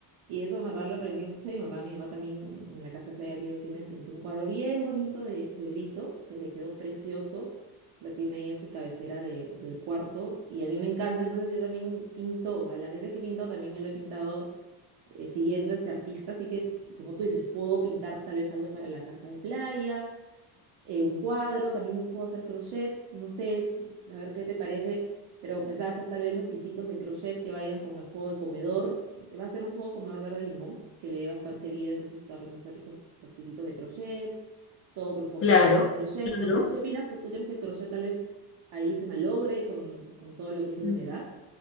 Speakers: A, on the right; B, on the left.
A: Y eso, en verdad, lo aprendí mucho de mi mamá. Mi mamá también en, en la casa de playa que ellos tienen pintó un cuadro bien bonito de, de Brito, que le quedó precioso. Lo tiene ahí en su cabecera de- del cuarto. Y a mí me encanta, entonces yo también pinto. O sea, las veces que he pintado también lo he pintado eh, siguiendo a este artista. Así que, como tú dices, puedo pintar tal vez algo para la casa de playa eh, un cuadro, también puedo hacer crochet, no sé, a ver qué te parece, pero pensaba hacer tal vez los pisitos de crochet que vayan con el juego de comedor. Va a ser un juego de comedor verde limón que le dé bastante vida, entonces estaba pensando hacer los, los pisitos de crochet, todos los posavasos
B: Claro,
A: de crochet.
B: claro.
A: No sé, ¿tú qué opinas? ¿Tú crees que el crochet tal vez ahí se malogre con, con todo lo que es la
B: Ujú.
A: humedad?